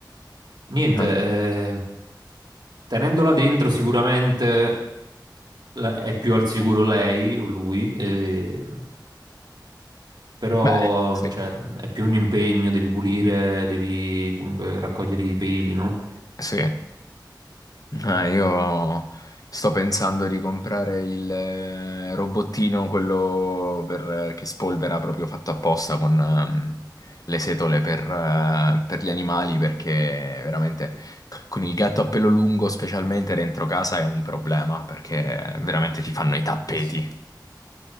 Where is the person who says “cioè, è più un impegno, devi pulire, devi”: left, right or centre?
Right